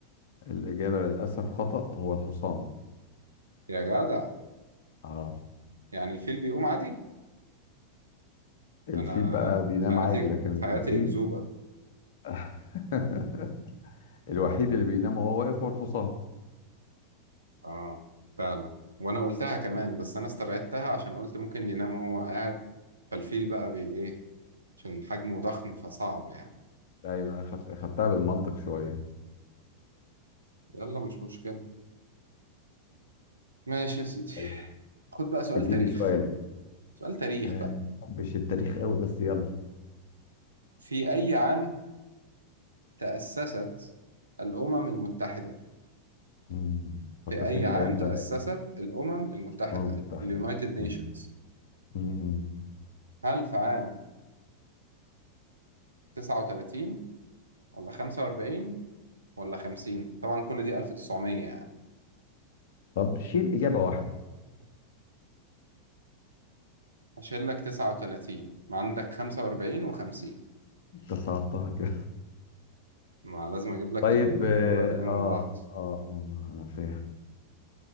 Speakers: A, on the left; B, on the right.
A: الإجابة للأسف خطأ هو الحصان
B: يا جدع
A: آه
B: يعني الفيل بيقوم عادي
A: الفيل
B: أنا
A: بقى بينام
B: حياتي
A: عادي لكن الوحيد
B: حياتي أكذوبة
A: <laughs> الوحيد اللي بينام وهو واقف هو الحصان
B: آه فعلا وأنا قلتها كمان بس أنا استبعدتها عشان قلت ممكن ينام وهو قاعد فالفيل بقى بي إيه عشان حجمه ضخم فصعب يعني
A: ايوه انا خدت خدتها بالمنطق شويه
B: يلا مش مشكلة ماشي يا سيدي
A: طيب
B: خد بقى سؤال
A: اديني
B: تاريخ
A: سؤالك
B: سؤال تاريخ
A: آه،
B: بقى
A: مش التاريخ قوي بس يلا
B: في أي عام تأسست الأمم المتحدة
A: مم.
B: في
A: فكرتني
B: أي عام
A: بايام
B: تأسست
A: زمان
B: الأمم المتحدة
A: اه كنت احلى
B: اليونايتد
A: مم.
B: نيشنز
A: مم، مم.
B: هل في عام 39 ولا 45 ولا 50 طبعا كل دي 1900 يعني
A: طب شيل اجابه واحده
B: هشيل لك 39 ما عندك 45 و50
A: انت صعبتها كده
B: ما لازم
A: <laughs>
B: أجيب لك
A: طيب
B: ال-
A: اه
B: القريبين من
A: اه
B: بعض
A: آه، آه، انا فاهم